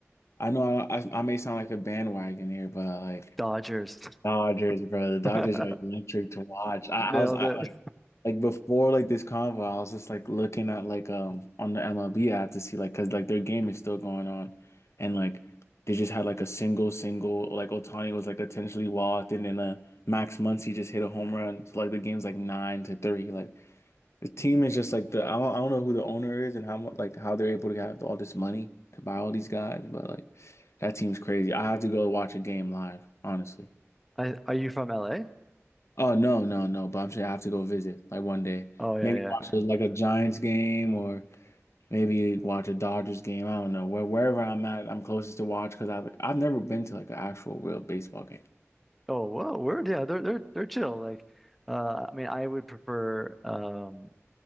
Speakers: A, on the left; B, in the centre.
A: I know I, I I may sound like a bandwagon here, but like
B: Dodgers.
A: Dodgers, bro. The Dodgers
B: <laughs>
A: are electric to watch. I,
B: Nailed
A: I was I,
B: it.
A: like like before like this convo, I was just like looking at like um on the MLB app to see like because like their game is still going on, and like they just had like a single single like Otani was like potentially walked, and then uh Max Muncy just hit a home run. So like the game's like nine to three. Like the team is just like the I don't, I don't know who the owner is and how much like how they're able to have all this money to buy all these guys, but like that team's crazy. I have to go watch a game live, honestly.
B: I, are you from LA?
A: Oh no, no, no! But I'm saying I have to go visit like one day.
B: Oh yeah,
A: Maybe
B: yeah.
A: watch a, like a Giants game or maybe watch a Dodgers game. I don't know where wherever I'm at, I'm closest to watch because I like I've never been to like an actual real baseball game.
B: Oh whoa, word. Yeah, they're they're they're chill. Like, uh, I mean, I would prefer um